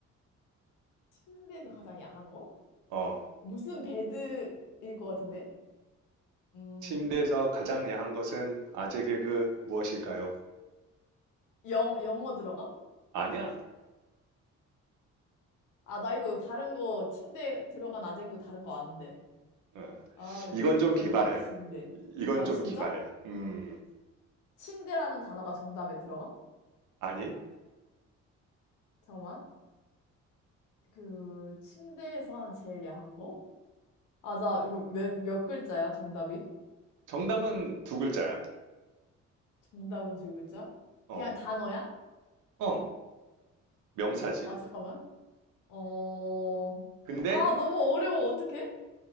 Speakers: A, on the left; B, on the right.
A: 침대에서 가장 야한 거?
B: 어,
A: 무슨 베드일 것 같은데? 음,
B: 침대에서 가장 야한 것은 아재 개그 무엇일까요?
A: 영, 영어 들어가?
B: 아니야.
A: 아, 나 이거 다른 거, 침대 들어간 아재이고 다른 거 아는데.
B: 어,
A: 아, 이-
B: 이건
A: 그거면은
B: 좀 개발해.
A: 맞출 수 있는데.
B: 이건
A: 아,
B: 좀
A: 진짜?
B: 기발해. 음,
A: 침대라는 단어가 정답에 들어가?
B: 아니.
A: 잠깐만. 그, 침대에서 하는 제일 야한 거? 아, 나 이거 몇, 몇 글자야, 정답이?
B: 정답은 두 글자야.
A: 정답은 두 글자?
B: 어,
A: 그냥 단어야?
B: 어, 명사지.
A: 아, 잠깐만. 어,
B: 근데,
A: 아, 너무 어려워. 어떡해?